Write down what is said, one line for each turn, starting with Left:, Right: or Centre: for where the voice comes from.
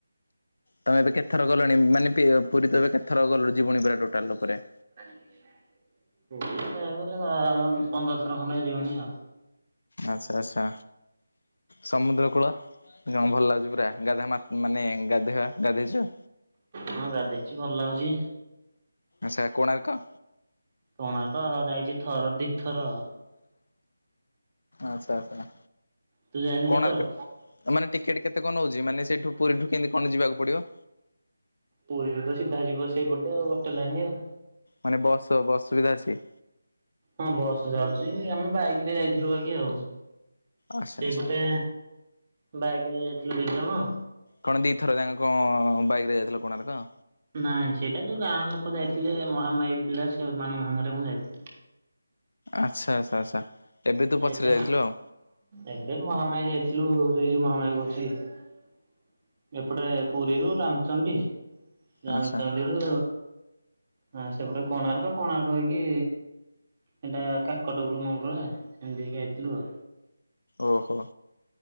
Left: ତମେ ଏବେ କେତଥର ଗଲଣି ମାନେ ପି ପୁରୀ ତ ଏବେ କେତଥର ଗଲ ଯିଵଣି ପୁରା ଟୋଟାଲ ଉପରେ।
Right: <unintelligible> ପୁରୀ ପନ୍ଦର ଥର ଖଣ୍ଡେ ଯିବଣି ଆଉ।
Left: ଆଚ୍ଛା ଆଚ୍ଛା। ସମୁଦ୍ର କୂଳ ଭଲ ଲାଗୁଛି ପୁରା ଗାଧା ମା ମାନେ ଗାଧୋଇବା ଗାଧୋଇଛ?
Right: ହଁ ଗାଧେଇଛି ଭଲ ଲାଗୁଛି।
Left: ଆଛା କୋଣାର୍କ?
Right: କୋଣାର୍କ ଯାଇଛି ଥର ଦିଥର।
Left: ଆଛା ଆଛା।
Right: ତୁ ଯାଇନୁ
Left: କୋଣାର୍କ
Right: କେତେବେଳେ
Left: ମାନେ ଟିକେଟ କେତେ କଣ ନଉଛି ମାନେ ସେଇଠୁ ପୁରୀଠୁ କେମିତି କଣ ଯିବାକୁ ପଡିବ?
Right: ପୁରୀ ଠୁ ତ ସିଧା ଯିବ ସେଇପଟେ ଆଉ ଗୋଟେ ଲାଇନି ଆଉ।
Left: ମାନେ ବସ ବସ ସୁବିଧା ଅଛି?
Right: ହଁ ବସ୍ ଯାଉଛି ଆମେ ବାଇକ ରେ ଯାଇଥିଲୁ ଆଗେ ଆଉ
Left: ଆଚ୍ଛା
Right: ସେଇପଟେ
Left: ଆଚ୍ଛା।
Right: ବାଇକରେ ଯାଇଥିଲୁ ଦି ଜଣ
Left: କଣ ଦୁଇଥର ତାଙ୍କ କ ବାଇକ୍ରେ ଯାଇଥିଲ କୋଣାର୍କ
Right: ନାଇଁ ସେଇଟା ଯୋଉ ଗାଁ ଲୋକ ଯାଇଥିଲେ ମହାମାଇ ପିଲା ସେମାନଙ୍କ ସାଙ୍ଗରେ ମୁଁ ଯାଇଥିଲି।
Left: ଆଚ୍ଛା ଆଚଛା ଆଚ୍ଛା। ଏବେ ତୁ ପଛରେ
Right: ଏଟା
Left: ଯାଇଥିଲୁ ଆଉ
Right: ଏବେ ମହାମାରୀ ଯାଇଥିଲୁ ଏ ଯୋଉ ମହାମାରୀ କରୁଛି ଏପଟେ ପୁରୀରୁ ରାମଚଣ୍ଡୀ ରାମଚଣ୍ଡୀରୁ
Left: ଆଚ୍ଛା
Right: ହ ସେପଟେ କୋଣାର୍କ କୋଣାର୍କ ହେଇକି ଏଇଟା କାକଟ ପୁର୍ ମଙ୍ଗଳା ସେମିତି ହେଇକି ଆଇଥିଲୁ ଆଉ
Left: ଓହୋ